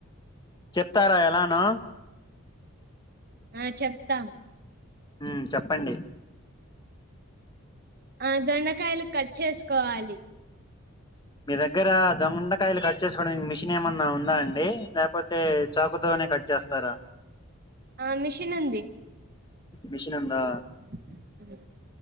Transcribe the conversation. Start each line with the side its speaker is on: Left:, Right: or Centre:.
Left: చెప్తారా ఎలానో?
Right: ఆ చెప్తాం.
Left: మ్ చెప్పండి.
Right: ఆ దొండకాయలు కట్ చేసుకోవాలి.
Left: మీ దగ్గర దొండకాయలు కట్ చేసుకోవడానికి మిషన్ ఏమన్నా ఉందా అండి? లేకపోతే చాకుతోనే కట్ చేస్తారా?
Right: ఆ మెషిన్ ఉంది.
Left: మిషన్ ఉంది.
Right: ఉ <inaudible>